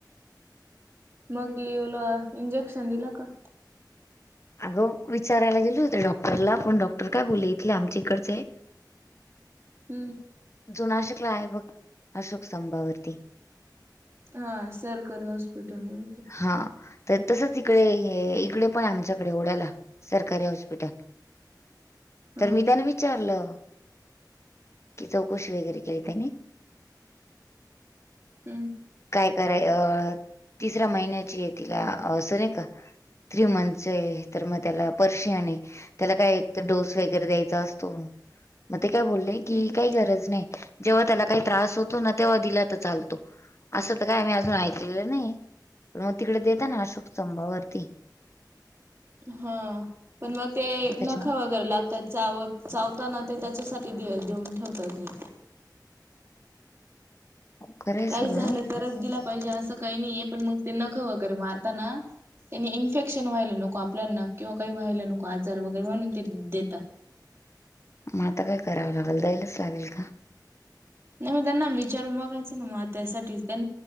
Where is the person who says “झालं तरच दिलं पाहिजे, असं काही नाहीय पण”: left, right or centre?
Right